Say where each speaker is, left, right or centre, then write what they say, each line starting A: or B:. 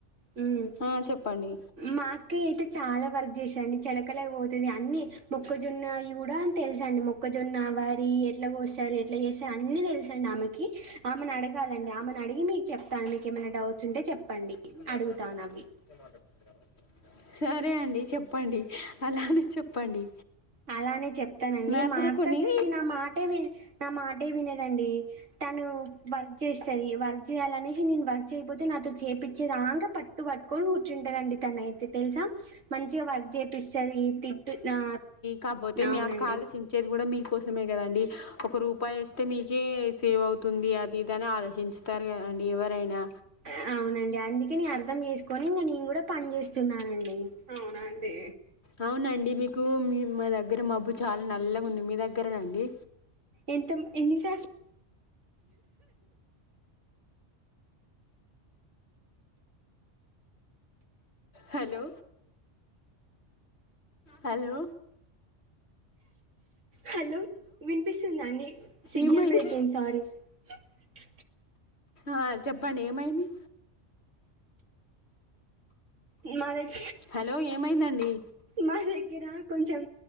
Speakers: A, on the right (about 80°); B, on the left (about 60°).
A: హ్మ్.
B: ఆ చెప్పండి
A: మా అక్కయ్య అయితే చాలా వర్క్ చేశా అండీ చెలకలే ఓతే అన్ని మొక్కజొన్నయి కూడా తెలుసండి మొక్కజొన్న వరి ఎట్ల గోశారు ఎట్లా జేశరు అన్ని తె సండి ఆమెకి ఆమెనడగాల్ అండి ఆమెనడిగి మీకు చెప్తాను మీకెమనా డౌట్స్ ఉంటే చెప్పండి
B: పద మాట
A: అడుగుతానవి.
B: ప మాట <unintelligible> సరే అండి చెప్పండి అలానే చెప్పండి
A: అలానే చెప్తానండి
B: నాకు
A: మా
B: కూడా
A: అక్క
B: కొన్ని
A: అసలికి నా మాటే వి నా మా టె వినదండి తను వర్క్ జేస్తది వర్క్ జేయాలనేషి నే వర్క్ చేయకపోతే నాతో చేేపిచ్చే దాంక పట్టు వట్కొని కూర్చుంటదండి తనే తె తెలుసా మంచిగ వర్క్ జెప్ పిస్తది తిట్టు ఆ
B: కాపోతే
A: అవునండి.
B: మీ అక్క ఆలోచించేది గూ కూడా మీకోసమే కదండి ఒక రూపాయి ఒస్తే మీకే సేవ్ అవుతుంది అది ఇదని ఆలోచించుతారు కదండి ఎవరైనా
A: ఆ అవునండి అందుకే నే అర్ధం చేసుకొని ఇంగ నేను కూడా పని జేస్ స్తున్నానండి అవునండి
B: అవునండి మీకు మీ మా దగ్గర మబ్బు చాలా నల్లగా ఉంది మీ దగ్గరండి
A: ఎంత మ ఎన్ని సార్లు
B: హలో హలో
A: హలో వినిపిస్తుందా అండి సిగ్నల్
B: ఏమైంది
A: బ్రేక్ అయింది సారీ స <unintelligible>
B: ఆ చెప్పండి ఏమైంది
A: ఉ మారజు
B: హలో ఏమైందండి
A: మా దగ్గర కొంచెం